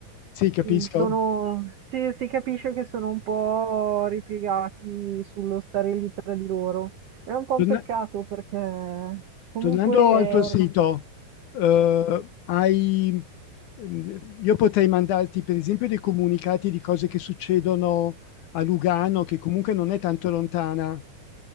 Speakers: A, on the left; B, on the right.
A: sì, capisco.
B: mm, sono, si, si capisce che sono un po' ripiegati sullo stare lì tra di loro. È un po'
A: Torna
B: un peccato perché comunque
A: tornando
B: è
A: al tuo
B: or-
A: sito, uhm, hai mhmm, io potrei mandarti per esempio dei comunicati di cose che succedono a Lugano, che comunque non è tanto lontana.